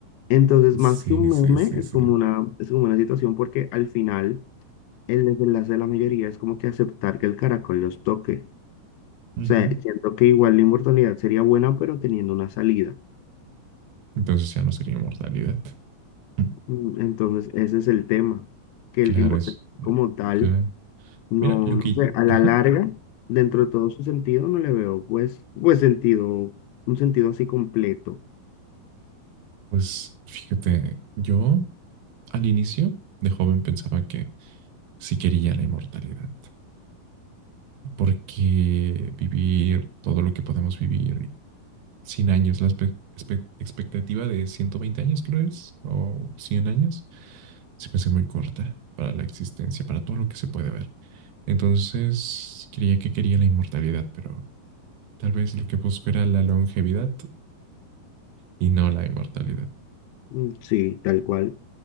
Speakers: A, on the left; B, on the right.
A: Entonces,
B: Sí,
A: más que un
B: sí,
A: meme,
B: sí,
A: es
B: sí.
A: como una, es como una situación porque al final el desenlace de la mayoría es como que aceptar que el caracol los toque.
B: Ujú.
A: O sea, siento que igual la inmortalidad sería buena, pero teniendo una salida.
B: Entonces ya no sería inmortalidad. Mm,
A: Mm, Entonces, ese es el tema, que
B: Claro,
A: el importante
B: es.
A: como tal,
B: claro.
A: no,
B: Mira, lo
A: no
B: que.
A: sé, a la
B: Ajá.
A: larga, dentro de todo su sentido, no le veo, pues, pues sentido, un sentido así completo.
B: Pues fíjate, yo al inicio de joven pensaba que si quería la inmortalidad. Porque vivir todo lo que podemos vivir, 100 años, la expectativa de 120 años creo es, o 100 años, se me hace muy corta para la existencia, para todo lo que se puede ver. Entonces, creía que quería la inmortalidad, pero tal vez lo que busco era la longevidad y no la inmortalidad.
A: Mm, Sí, tal cual.